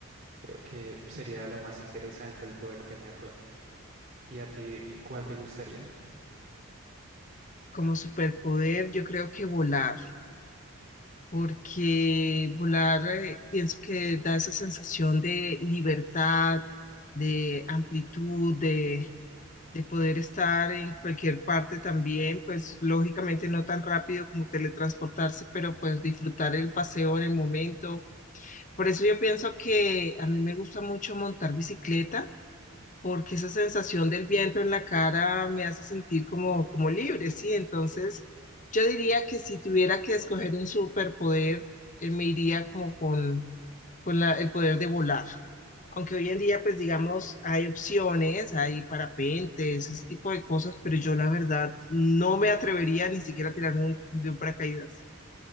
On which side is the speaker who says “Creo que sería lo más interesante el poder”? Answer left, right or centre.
Right